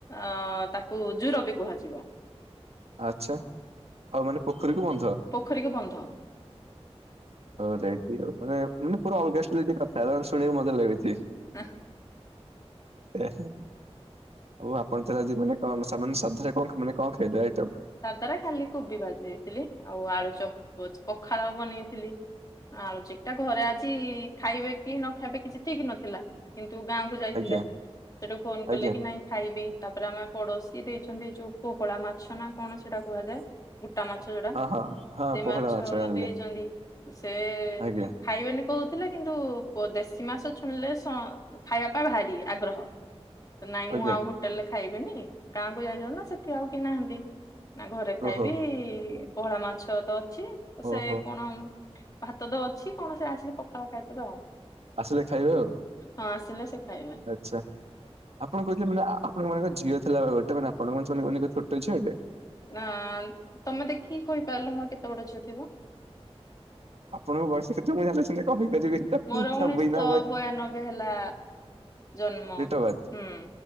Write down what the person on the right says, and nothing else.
ଆଚ୍ଛା ଆଉ ମାନେ ପୋଖରୀକୁ ବନ୍ଧ।
<inaudible> ଓହୋ ମାନେ ମାନେ ପୁରା ଅଲଗା ଶୁଣିବାକୁ ମଜା ଲାଗୁଛି।
ଏହେ। ଆଉ ଆପଣ ତାହାଲେ ଆଜି ମାନେ କଣ ସ ମାନେ ଶ୍ରଦ୍ଧାରେ କଣ ମାନେ କଣ ଖାଇଲେ ଆ
ଆଜ୍ଞା
ଆଜ୍ଞା
ହଁ ହଁ ହଁ
ପୋହଳା
ଆଣିଲେ
ଆଜ୍ଞା
ଆଜ୍ଞା
ଓହୋ
ଓହୋ।
ଆସିଲେ ଖାଇବେ ଆଉ।
ଆଚ୍ଛା ଆପଣ କହୁଥିଲେ ମାନେ ଆପଣଙ୍କ ମାନେ ଝିଅ ଥିଲା ଗୋଟେ ମାନେ ଆପଣଙ୍କ ଝିଅ କଣ ଛୋଟ ଝିଅଟେ?
ଆପଣଙ୍କୁ ବୟସ କେତେ ମୁଁ ଜାଣିଲେ ସିନା କହିପାରିବି।
ତ
ବିନା
ବୟ
ଡେଟ୍
ଅଫ୍ ବାର୍ଥ